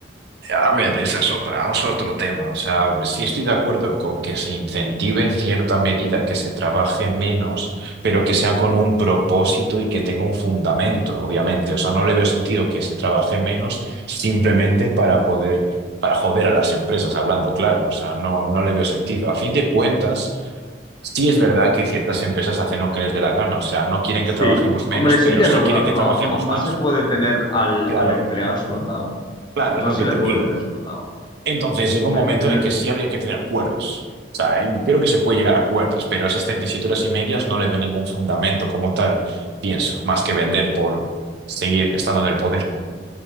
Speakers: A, on the right; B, on the left.
A: A ver, esa es otra, es otro tema. O sea, sí estoy de acuerdo con que se incentive en cierta medida que se trabaje menos, pero que sea con un propósito y que tenga un fundamento, obviamente. O sea, no le veo sentido que se trabaje menos simplemente para poder, para joder a las empresas, hablando claro. O sea, no, no le veo sentido. A fin de cuentas. Sí, es verdad que ciertas empresas hacen lo que les dé la gana, o sea, no quieren
B: Sí.
A: que trabajemos menos,
B: Hombre, eso
A: pero
B: hay que
A: sí
B: regularlo,
A: quieren que trabajemos
B: ¿no? No, no
A: más.
B: se puede tener al,
A: Claro,
B: al empleado explotado.
A: claro,
B: No
A: es lo
B: se
A: que
B: le
A: te
B: puede
A: digo.
B: tener explotado. O
A: Entonces llega
B: sea,
A: un momento
B: hay que tener...
A: en el que sí habría que tener acuerdos. O sea, y creo que se puede llegar a acuerdos, pero esas 37 horas y medias no le veo ningún fundamento como tal, pienso, más que vender por seguir estando en el poder.